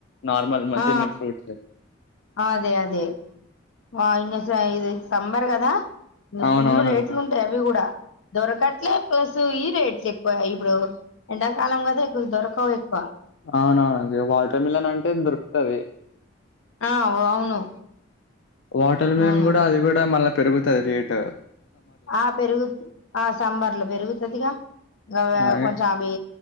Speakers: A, on the left; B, on the left.
A: నార్మల్ మ
B: ఆ
A: తినే ఫ్రూట్స్
B: ఆ అదే అదే వాయి ఇది సంబర్ కదా ఇ
A: అవునవునక్క
B: ఫుల్ రేట్లు ఉంటాయి అవి కూడా దొరకట్లే ప్లస్ రేట్లు ఎక్కువ ఇప్పుడు ఎండాకాలం కదా ఎక్కువ దొరకవు ఎక్కువ
A: అవునవును వాటర్ మిలన్ అంటే దొరుకుతుంది
B: ఆ అవును
A: వాటర్ మిలన్
B: అవును
A: కూడా అది కూడా మళ్ళా పెరుగుతది రేటు
B: ఆ పెరుగుతు ఆ సంబర్ లో పెరుగుతదిగా ఇ అవి
A: ఆ
B: కొంచెం అవి